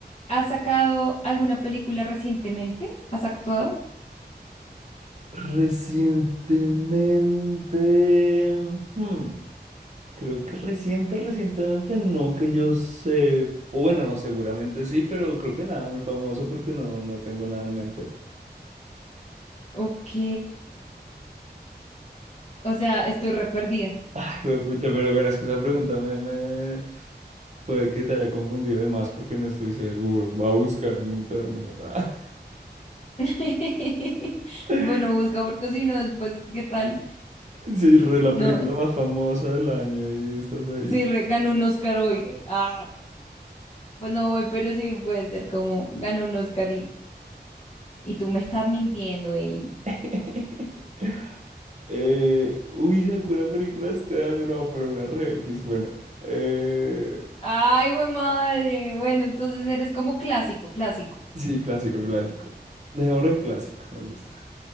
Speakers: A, on the left; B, on the right.
A: ¿Has sacado alguna película recientemente? ¿Has actuado?
B: Recientemente. hmm. Creo que reciente, recientemente no que yo sé, o bueno, no, seguramente sí, pero creo que nada muy famoso porque no, no tengo nada en mente.
A: Ok. O sea, estoy re perdida.
B: <laughs> Ay, pucha, pero bueno, es que esa pregunta me, me- puede que te haya confundido de más porque no estoy seguro. Va a buscar en internet. ah.
A: <laughs>
B: <laughs>
A: Bueno, busca porque si no, después, ¿qué tal?
B: Sí, re,
A: No,
B: la película más famosa del año y estás ahí.
A: sí, re- ganó un Oscar hoy. eh, Ah, pues no voy, pero sí puede ser como ganó un Oscar y, y tú me estás mintiendo, ey.
B: <laughs> Eh, uy, sacó una película este año, no, pero una re X, bueno. Eh,
A: Ay, güey, madre. Bueno, entonces eres como clásico, clásico.
B: Sí, clásico, clásico. Dejémoslo en clásico, me gusta.